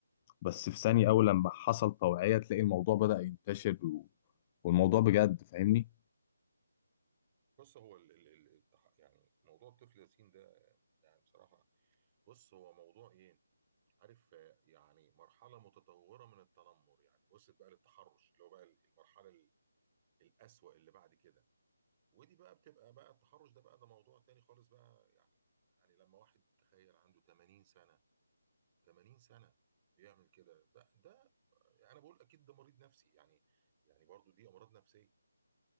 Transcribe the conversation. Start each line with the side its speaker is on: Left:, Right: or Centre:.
Left: بس في ثانية أول لما حصل توعية تلاقي الموضوع بدأ ينتشر و... والموضوع بجد فاهمني
Right: بص هو ال ال ال التح- يعني موضوع الطفل ياسين ده يعني بصراحة بص هو موضوع ايه عارف آه، يعني مرحلة متطورة من التنمر يعني وصلت بقى للتحرش اللي هو بقى ال- المرحلة ال- الأسوأ اللي بعد كده ودي بقى بتبقى بقى التحرش ده بقى ده موضوع تاني خالص بقى يعني يعني لما واحد تخيل عنده 80 سنة 80 سنة بيعمل كده ده ده آه، انا بقول اكيد ده مريض نفسي يعني يعني برضو دي امراض نفسية